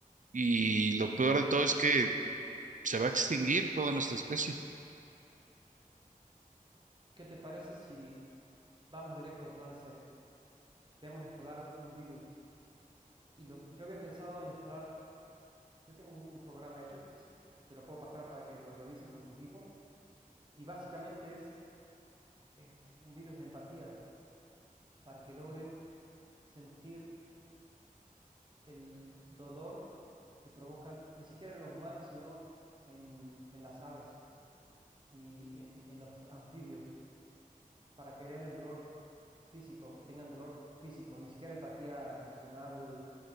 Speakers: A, on the right; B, on the right.
A: Y lo peor de todo es que se va a extinguir toda nuestra especie.
B: ¿Qué te parece si Vamos directo al plan C. Veamos de instalar un virus. Y lo, yo había pensado en instalar, yo tengo un, un programa hecho, te lo puedo pasar para que lo revises con tu equipo. Y básicamente es, eh, un virus de empatía para que logren sentir el dolor que provocan, ni siquiera en los humanos, sino en, en las aves y en, en los anfibios. para que vean el dolor físico, que tengan dolor físico, ni siquiera empatía emocional,